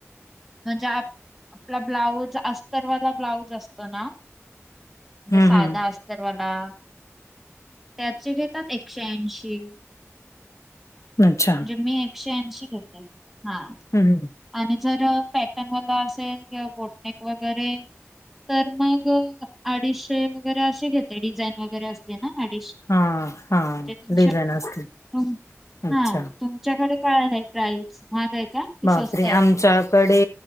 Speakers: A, in the centre; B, on the left.
A: म्हणजे आप आपला ब्लाऊज अस्तरवाला ब्लाऊज असतो ना, म्हणजे
B: हम्म
A: साधा
B: हम्म
A: असत तर मला त्याचे घेतात, एकशे ऐंशी.
B: अच्छा.
A: म्हणजे मी एकशे ऐंशी घेते हा.
B: हम-हम.
A: आणि जर पॅटर्नवाला असेल किंवा बोटनेक वगैरे तर मग अडीचशे वगैरे असे घेते. डिझाईन वगैरे असले ना, अडीशे.
B: हां, हां.
A: ते तीनशे
B: डिझाईन
A: रुपये
B: असते. अच्छा.
A: हा तुमच्याकडे. काय आहे प्राईस महाग का? की
B: बापरे!
A: स्वस्त आहे
B: आमच्यातं. कडे